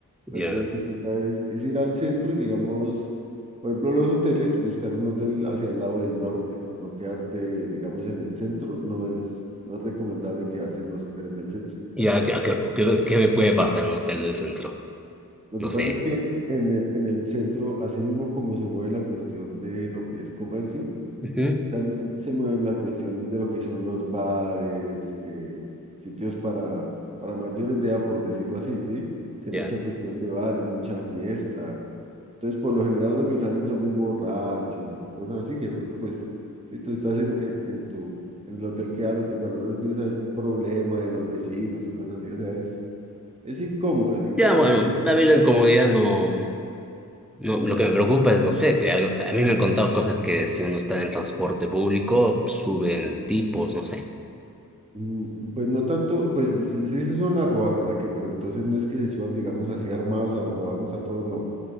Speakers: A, in the centre; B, on the right.
A: ya,
B: Pero entonces si toca es, es ir al centro y digamos, por ejemplo, los hoteles, buscar un hotel hacia el lado del norte, no quedarte, digamos, en el centro, no es, no es recomendable quedarse en los hoteles del centro.
A: ya, ¿qué, qué- qué- qué me puede pasar en un hotel del centro?
B: Lo
A: No
B: que
A: sé.
B: pasa es que en el, en el centro, así mismo como se mueve la cuestión de lo que es comercio,
A: Ujú,
B: también se mueve la cuestión de lo que son los bares, eh, sitios para, para mayores de edad, por decirlo así, ¿sí? Sí,
A: Ya,
B: Hay mucha cuestión de bares, mucha fiesta. Entonces, por lo general, lo que salen son es borrachos y cosas así, que de pronto, pues, si tú estás en, en, en tu, en el hotel quedándote, cuando menos piensas es un problema de los vecinos o cosas así, o sea, es, es incómodo, es incómodo
A: ya, bueno,
B: y también
A: a mí la incomodidad no. No, lo que me preocupa es, no sé, que algo- a mí me han contado cosas que si uno está en transporte público, suben tipos, no sé.
B: Mm, Pues no tanto, pues sí, sí se suelen a robar, ¿para qué? Pero entonces no es que se suban, digamos, así armados a robarlos a todos, no.